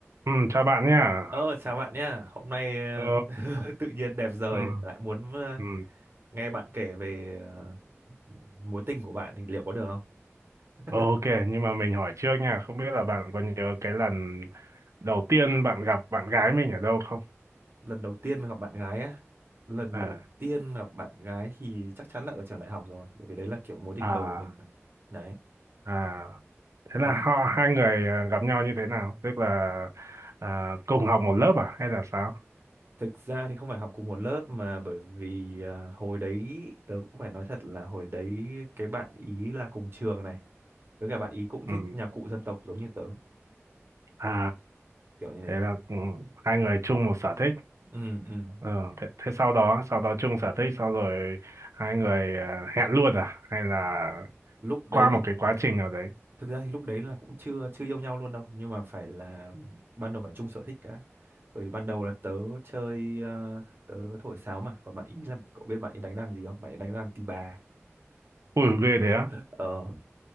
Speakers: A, on the right; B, on the right.
A: Ừ, chào bạn nha.
B: Ờ, chào bạn nhá. Hôm nay
A: Ờ,
B: <laughs> tự nhiên đẹp giời
A: ừ,
B: lại muốn ờ,
A: ừ.
B: nghe bạn kể về ờ, mối tình của bạn thì liệu có được không? <laughs>
A: Ờ, Ok, nhưng mà mình hỏi trước nha, không biết là bạn có nhớ cái lần đầu tiên bạn gặp bạn gái mình ở đâu không?
B: Lần đầu tiên gặp bạn gái á, lần
A: Ờ,
B: đầu tiên gặp bạn gái thì chắc chắn là ở trường đại học rồi, bởi vì đấy là kiểu mối tình
A: à,
B: đầu của mình. mà. Đấy.
A: à, thế là
B: Còn kh-
A: họ hai người à, gặp nhau như thế nào? Tức là à, cùng học một lớp à hay là sao?
B: thực ra thì không phải học cùng một lớp mà bởi vì ờ, hồi đấy tớ cũng phải nói thật là hồi đấy cái bạn ý là cùng trường này, với cả bạn ý cũng thích
A: Ừ.
B: nhạc cụ dân tộc giống như tớ,
A: À,
B: kiểu như thế.
A: thế là ừ, hai người chung một sở thích.
B: Ừ ừ
A: Ờ, thế, thế sau đó, sau đó chung sở thích, sau rồi hai người à, hẹn luôn à? Hay là
B: lúc đấy
A: qua một cái quá trình nào đấy?
B: thực ra thì lúc đấy là cũng chưa chưa yêu nhau luôn đâu nhưng mà phải là ban đầu phải chung sở thích cả bởi vì ban đầu là tớ chơi ờ, tớ thổi sáo mà còn bạn ý là cậu biết bạn ý đánh đàn gì không bạn ý đánh đàn tỳ bà
A: Ui ghê thế á.
B: ờ